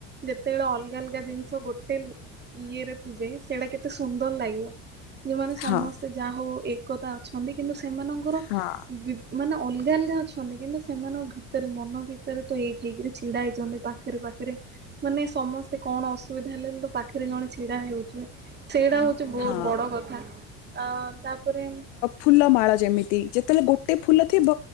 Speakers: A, on the right; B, on the left.
A: ଯେତେବେଳେ ଅଲଗା ଅଲଗା ଜିନିଷ ଗୋଟେ ବି ଇଏରେ ଥିବେ ସେଇଡା କେତେ ସୁନ୍ଦର ଲାଗେ। ଯେଉ ମାନେ ସମସ୍ତେ
B: ହଁ
A: ଯାହା ହଉ ଏକତା ଅଛନ୍ତି କିନ୍ତୁ ସେମାନଙ୍କର
B: ହଁ
A: ବି ମାନେ ଅଲଗା ଅଲଗା ଅଛନ୍ତି କିନ୍ତୁ ସେମାନଙ୍କ ଭିତରେ ମନ ଭିତରେ ତ ଏକ ହେଇକିରି। ଛିଡା ହେଇଛନ୍ତି ପାଖରେ ପାଖରେ। ମାନେ ସମସ୍ତେ କଣ ଅସୁବିଧା ହେଲେ ପାଖରେ ଜଣେ ଛିଡା ହେଉଛି। ସେଇଟା ହଉଛି ବହୁତ
B: ହଁ
A: ବଡ କଥା ଅ ତାପରେ।
B: ଫୁଲ ମାଳ ଯେମିତି ଯେତେବେଳେ ଗୋଟେ ଫୁଲ ଥିବ